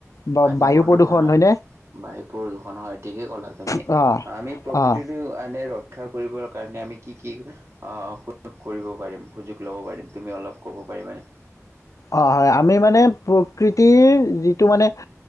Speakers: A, on the left (about 80°); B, on the right (about 55°).
A: বা
B: পানীবোৰ
A: বায়ু প্ৰদূষণ
B: দুখন হয়
A: হয়নে?
B: মাটিবোৰ দুখন হয় ঠিকেই ক'লা তুমি
A: অ',
B: আমি প্ৰকৃতিটো।
A: অ'।
B: ৰক্ষা কৰিবৰ কাৰণে আমি কি কি অ সুযোগ কৰিব পাৰিম সুযোগ লব পাৰিম তুমি অলপ কব পাৰিবা নে?
A: অ হয় আমি মানে প্ৰকৃতিৰ যিটো মানে